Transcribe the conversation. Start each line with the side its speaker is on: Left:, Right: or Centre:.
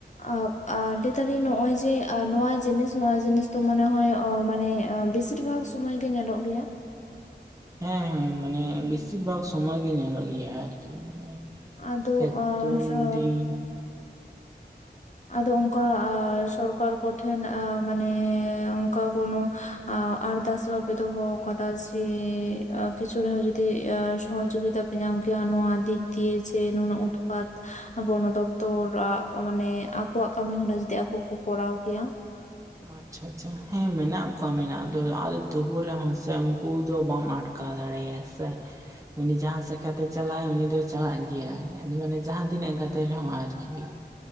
Left: ᱟᱵᱽ ᱟᱫ ᱛᱟᱞᱤ ᱱᱚᱜᱼᱚᱭ ᱡᱮ ᱱᱚᱣᱟ ᱡᱤᱱᱤᱥ ᱱᱚᱣᱟ ᱡᱤᱱᱤᱥ ᱛᱚ ᱢᱚᱱᱮ ᱦᱚᱭ ᱢᱟᱱᱮ ᱵᱮᱥᱤ ᱵᱮᱥᱤᱨ ᱵᱷᱟᱜᱽ ᱥᱚᱢᱢᱚᱭ ᱜᱮ ᱧᱮᱞᱚᱜ ᱜᱮᱭᱟ ᱾
Right: ᱦᱮᱸ ᱦᱮᱸ ᱢᱟᱱᱮ ᱵᱮᱥᱤᱨ ᱵᱷᱟᱜᱽ ᱥᱚᱢᱚᱭ ᱜᱮ ᱧᱮᱞᱚᱜ ᱜᱮᱭᱟ ᱟᱨᱠᱤ ᱢᱟᱱᱮ
Left: ᱟᱫᱚ
Right: ᱪᱛᱩᱝ
Left: ᱟ ᱥᱚ
Right: ᱫᱤᱱ
Left: ᱟᱫᱚ ᱚᱱᱠᱟ ᱥᱚᱨᱠᱟᱨ ᱠᱚᱴᱷᱮᱱ ᱟ ᱢᱟᱱᱮ ᱚᱱᱠᱟ ᱠᱳᱱᱳ ᱟᱨᱫᱟᱥ ᱵᱟᱯᱮ ᱫᱚᱦ ᱠᱟᱫᱟ ᱡᱮ ᱟ ᱠᱤᱪᱷᱩ ᱨᱮᱦᱚᱸ ᱡᱩᱫᱤ ᱥᱚᱦᱚᱡᱳᱜᱤᱛᱟ ᱯᱮ ᱧᱟᱢ ᱠᱮᱭᱟ ᱱᱚᱣᱟ ᱫᱤᱠ ᱫᱤᱭᱮ ᱥᱮ ᱱᱩᱱᱟᱹᱜ ᱩᱛᱯᱟᱛ ᱵᱚᱱᱚᱚᱫᱯᱛᱚᱨᱟᱜ ᱟᱜ ᱢᱟᱱᱮ ᱟᱠᱚᱣᱟᱜ ᱠᱟᱹᱢᱤᱦᱚᱨᱟ ᱡᱩᱫᱤ ᱟᱠᱚ ᱠᱚ ᱠᱚᱨᱟᱣ ᱠᱮᱭᱟ ᱾
Right: ᱟᱪᱪᱷᱟ ᱟᱪᱪᱷᱟ ᱟᱪᱪᱷᱟ ᱦᱮᱸ ᱢᱮᱱᱟᱜ ᱠᱚᱣᱟ ᱢᱮᱱᱟᱜ ᱫᱚ ᱟᱫᱚ ᱛᱩᱵᱩ ᱨᱮᱦᱚᱸ ᱥᱮ ᱩᱱᱠᱩ ᱫᱚ ᱵᱟᱢ ᱟᱴᱠᱟᱣ ᱫᱟᱲᱮᱭᱟᱭᱟ ᱥᱮ ᱩᱱᱤ ᱡᱟᱦᱟᱸ ᱥᱮᱠᱟᱛᱮᱭ ᱪᱟᱞᱟᱜ ᱟᱭ ᱩᱱᱤ ᱫᱚᱭ ᱪᱟᱞᱟᱜ ᱜᱮᱭᱟᱭ ᱢᱟᱱᱮ ᱡᱟᱦᱟᱸ ᱛᱤᱱᱟᱹᱜ ᱜᱟᱛᱮ ᱨᱮᱦᱚᱸ ᱟᱨᱠᱤ